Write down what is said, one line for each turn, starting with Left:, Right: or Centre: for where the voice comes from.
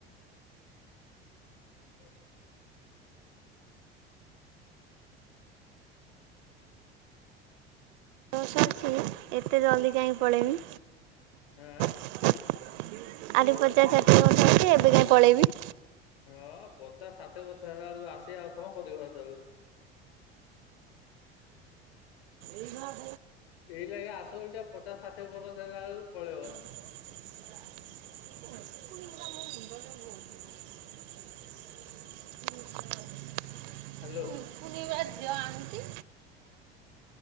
Left: ହ
Right: ବର୍ଷ ଅଛି ଏତେ ଜଲ୍ଦି କାହିଁକି ପଳେଇମି?
Left: ଆଁ ଆଁ
Right: ଆହୁରି ପଚାଶ ଷାଠିଏ ବର୍ଷ ଅଛି ଏବେ କାଇଁ ପଳେଇବି?
Left: ହଁ ପଚାଶ ଷାଠିଏ ବର୍ଷ ହେଲା ବେଳକୁ ଆସିକି ଆଉ କଣ କରିବ ହେତେବେଳକୁ?
Right: <unintelligible>
Left: ଏଇ ଲଗେ ଆସ ବୋଲଟା ପଚାଶ ଷାଠିଏ ବର୍ଷ ହେଲା ବେଳକୁ ପଳେଇବ।
Right: <unintelligible>
Left: ହାଲୋ।
Right: ଟୁକୁନି ପା ଝିଅ ଆଣୁଛି।